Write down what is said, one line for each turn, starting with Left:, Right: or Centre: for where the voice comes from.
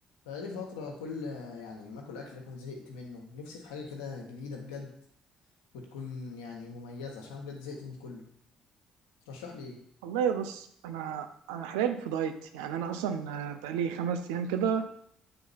Left: بقالي فترة كل يعني ما اكل اكل كنت زهقت منه نفسي في حاجة كده جديدة بجد وتكون يعني مميزة عشان بجد زهقت من كله ترشح لي ايه
Right: والله بص انا انا حاليا في دايت يعني انا اصلا آه، بقالي خمس ايام كده